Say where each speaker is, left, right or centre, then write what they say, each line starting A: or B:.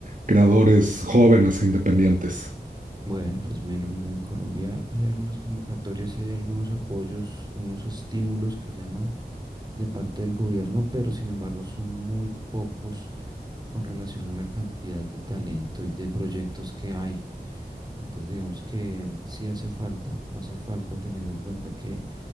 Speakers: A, on the right; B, on the right.
A: creadores jóvenes e independientes.
B: Bueno, pues menos, mira, en Colombia hay algunas convocatorias y hay algunos apoyos, unos estímulos que llaman de parte del gobierno, pero sin embargo son muy pocos con relación a la cantidad de talento y de proyectos que hay. Entonces, digamos que sí hace falta, hace falta teniendo en cuenta que